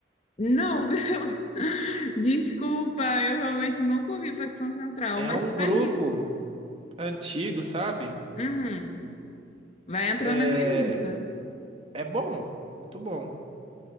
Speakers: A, on the left; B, on the right.
A: Não, <laughs> desculpa, eu realmente nunca ouvi Facção Central,
B: É
A: mas
B: um
A: tá
B: grupo
A: aí.
B: antigo, sabe?
A: Uhum. Vai entrar
B: É,
A: na minha lista.
B: é bom, muito bom.